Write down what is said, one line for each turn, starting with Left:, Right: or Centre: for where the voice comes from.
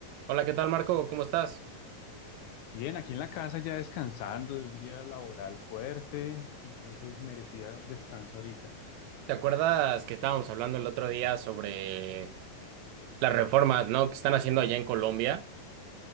Right: Hola, ¿qué tal, Marco? ¿Cómo estás?
Left: Bien, aquí en la casa ya descansando de un día laboral fuerte, entonces merecía descanso ahorita.
Right: ¿Te acuerdas que estábamos hablando el otro día sobre las reformas, ¿no? que están haciendo allá en Colombia?